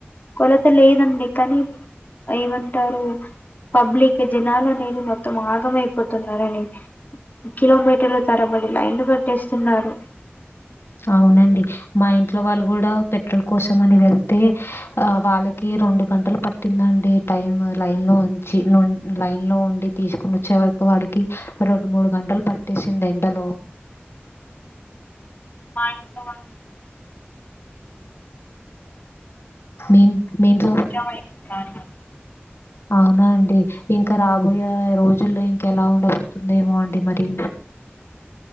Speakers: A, on the left; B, on the left.
A: కొలత లేదండి కానీ ఏమంటారు పబ్లిక్ జనాల అనేది మొత్తం ఆగమైపోతున్నారండి కిలోమీటర్లు తరబడి లైన్లు కట్టేస్తున్నారు.
B: అవునండి మా ఇంట్లో వాళ్ళు కూడా పెట్రోల్ కోసం అని వెళ్తే ఆ వాళ్ళకి రెండు గంటలు పట్టిందండి టైమ్ లైన్ లో ఉంచి లైన్ లో ఉండి తీసుకుని వచ్చే వరకు వాడికి రెండు మూడు గంటలు పట్టేసింది ఎండలో.
A: మా ఇట్లో వాళ్ళ కూడ ఆన్
B: మీ మీ ఇంట్లో
A: ఉమ <inaudible>
B: అవునా అండి ఇంకా రాబోయే రోజుల్లో ఇంక ఎలా ఉండబతుందేమో అండి మరి.